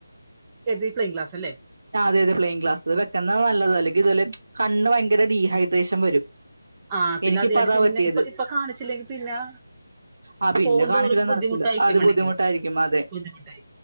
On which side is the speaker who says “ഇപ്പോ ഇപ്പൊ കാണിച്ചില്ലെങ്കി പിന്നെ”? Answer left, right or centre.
Right